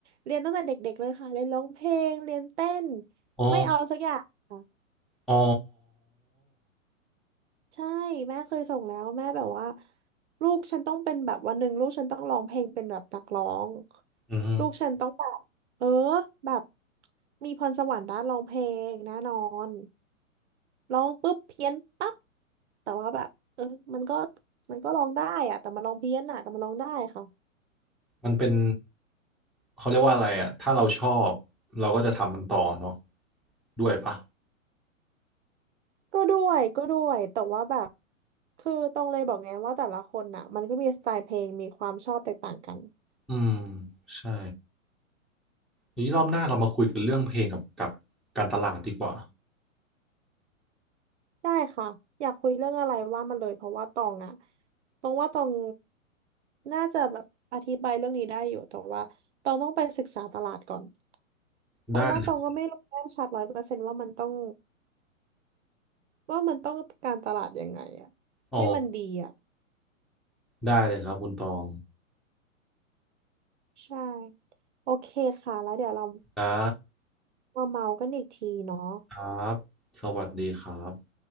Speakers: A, on the right (about 55°); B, in the centre.
A: เรียนตั้งแต่เด็กๆเลยค่ะเรียนร้องเพลงเรียนเต้น
B: อ๋อ
A: ไม่เอาสักอย่างค่ะ
B: อ๋อ
A: ใช่แม่เคยส่งแล้วแม่แบบว่าลูกฉันต้องเป็นแบบวันหนึ่งลูกฉันต้องร้องเพลงเป็นแบบนักร้อง
B: อืม
A: ลูกฉันต้องแบบเออแบบมีพรสวรรค์ด้านร้องเพลงแน่นอนร้องปุ๊บเพี้ยนปั๊บแต่ว่าแบบเออมันก็มันก็ร้องได้อะแต่มันร้องเพี้ยนอะแต่มันร้องได้ค่ะ
B: มันเป็นเขาเรียกว่าอะไรอ่ะถ้าเราชอบเราก็จะทำมันต่อเนาะด้วยปะ
A: ก็ด้วยก็ด้วยแต่ว่าแบบคือต้องเลยบอกไงว่าแต่ละคนน่ะมันก็มีสไตล์เพลงมีความชอบแตกต่างกัน
B: อืมใช่ทีนี้รอบหน้าเรามาคุยกันเรื่องเพลงกับกับการตลาดดีกว่า
A: ได้ค่ะอยากคุยเรื่องอะไรว่ามาเลยเพราะว่าตองอะตองว่าตองน่าจะแบบอธิบายเรื่องนี้ได้อยู่แต่ว่าตองต้องไปศึกษาตลาดก่อนเพราะว่าตองก็ไม่รู้แน่ชัดร้อยเปอร์เซนต์ว่ามันต้อง
B: ได้เลย
A: ว่ามันต้องการตลาดยังไงอะให้มันดีอะ
B: อ๋อได้เลยครับคุณตอง
A: ใช่โอเคค่ะแล้วเดี๋ยวเรา
B: นะ
A: มาเมากันอีกทีเนาะ
B: ครับสวัสดีครับ